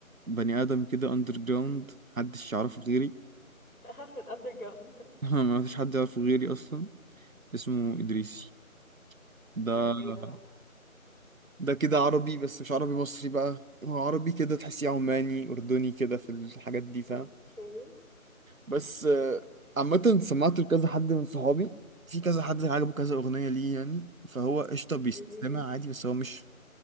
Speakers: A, on the right; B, on the left.
A: بني ادم كده اندر جراوند محدش يعرفه غيري
B: <laughs> اخاف من الاندر جراوند
A: <laughs> ما فيش حد يعرفه غيري اصلا اسمه ادريسي
B: <laughs>
A: ده
B: ده ايه ده بقى
A: ده كده عربي بس مش عربي مصري بقى هو عربي كده تحسيه عماني اردني كده في الحاجات دي فاهم
B: اوكي
A: بس آه، عامة سمعت لكذا حد من صحابي في كذا حد عجبه كذا اغنية ليه يعني فهو قشطة بيستمع
B: لذيذ
A: عادي بس هو مش